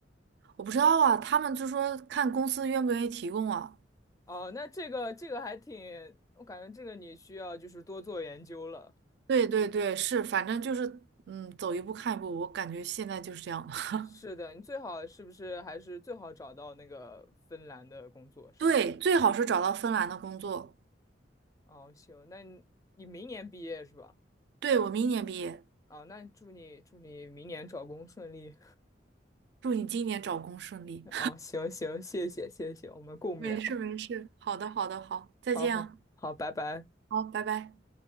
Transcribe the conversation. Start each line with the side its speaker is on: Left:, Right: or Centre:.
Right: 我不知道啊，他们就说看公司愿不愿意提供啊。
Left: 哦，那这个这个还挺，我感觉这个你需要就是多做研究了。
Right: 对对对，是，反正就是嗯，走一步看一步，我感觉现在就是这样的。
Left: 是的，
Right: <laughs>
Left: 你最好是不是还是最好找到那个芬兰的工作，是不是？
Right: 对，最好是找到芬兰的工作。
Left: 哦，行，那你你明年毕业是吧？
Right: 对，我明年毕业。
Left: 啊、那祝你祝你明年找工顺利。
Right: 祝你今年找工顺利。
Left: 哦，行行，谢谢谢谢，我们共勉吧。
Right: 没事没事，好的，好的，好，再见啊，
Left: 好好好，拜拜。
Right: 好，拜拜。